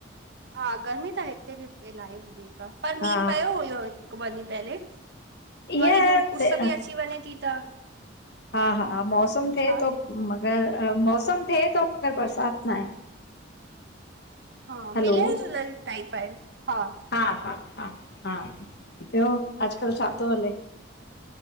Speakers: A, on the right; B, on the left.
A: हा गर्मी त हिते बि इलाही वधीक आ, पर
B: हा
A: मींहुं पियो हुयो हिकु ॿ ॾींहुं पहले,
B: ईअं
A: वरी धूप उस
B: थे
A: बि अची वञे ती त
B: हा -हा मौसम थे
A: हा
B: तो मगर मौसम थे तो मगर बरसात नाहे।
A: हा, मिलियल
B: हलो
A: जुलियल टाइप आहे हा।
B: हा- हा -हा -हा, ॿियो अॼुकल्ह छा तो हले?